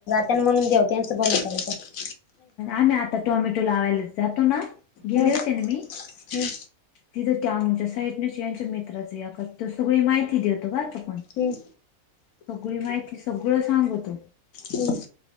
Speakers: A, on the left; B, on the left.
A: त्यां म्हणून द्याऊ त्यांचं बघुन करायचं.
B: आम्ही आता टोमॅटो लावायला जातो ना गेले
A: हम्म
B: होते ना मी.
A: हम्म
B: तिथं त्या आमच्या साईटन यांच्या मित्राचे या तो सगळी माहिती देततो बर त पण.
A: हम्.
B: सगळी माहिती सगळं सांगतो.
A: हम्म